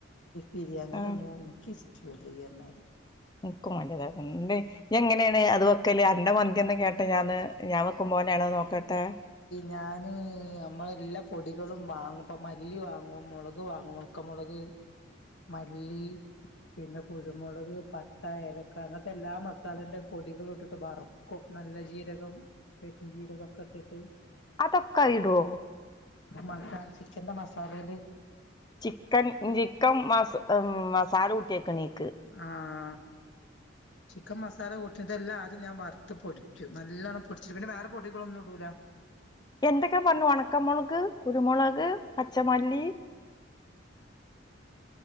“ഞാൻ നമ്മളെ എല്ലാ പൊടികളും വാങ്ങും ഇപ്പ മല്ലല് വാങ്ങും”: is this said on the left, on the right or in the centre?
Left